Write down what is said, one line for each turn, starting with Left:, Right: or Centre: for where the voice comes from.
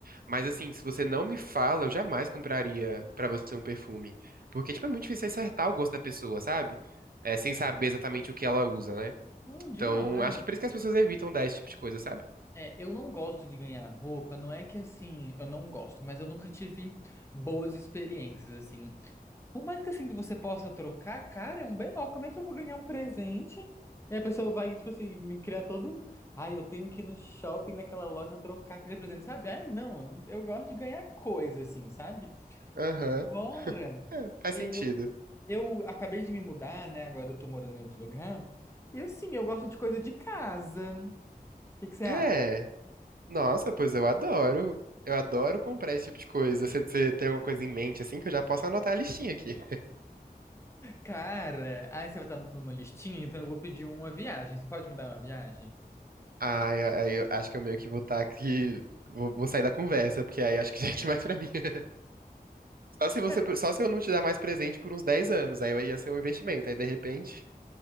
Right: Mas, assim, se você não me fala, eu jamais compraria pra você um perfume. Porque, tipo, é muito difícil acertar o gosto da pessoa, sabe? É, sem saber exatamente o que ela usa, né?
Left: Não, demais.
Right: Então, acho que por isso que as pessoas evitam dar esse tipo de coisa, sabe?
Left: É, eu não gosto de ganhar roupa, não é que assim, eu não gosto, mas eu nunca tive boas experiências, assim. Por mais que assim que você possa trocar, cara, é um BO, como é que eu vou ganhar um presente? E a pessoa vai, tipo assim, me criar todo um. Ai, eu tenho que ir no shopping, naquela loja, trocar aquele presente, sabe? Ai, não, eu gosto de ganhar coisa, assim, sabe?
Right: Aham,
Left: Bora!
Right: é, faz
Left: Eu,
Right: sentido.
Left: eu acabei de me mudar, né? Agora eu tô morando em outro lugar. E assim, eu gosto de coisa de casa. O que que você acha?
Right: É. Nossa, pois eu adoro. Eu adoro comprar esse tipo de coisa. Você você tem alguma coisa em mente, assim, que eu já posso anotar a listinha aqui.
Left: Cara, ai, você vai estar numa listinha, então eu vou pedir uma viagem. Você pode me dar uma viagem?
Right: Ah, eu, aí eu acho que eu meio que vou estar aqui. Vou, vou sair da conversa, porque aí acho que <laughs> já é demais pra mim. <laughs> Só se você,
Left: Cara,
Right: só se eu não te dar mais presente por uns 10 anos, aí ia ser um investimento. Aí de repente.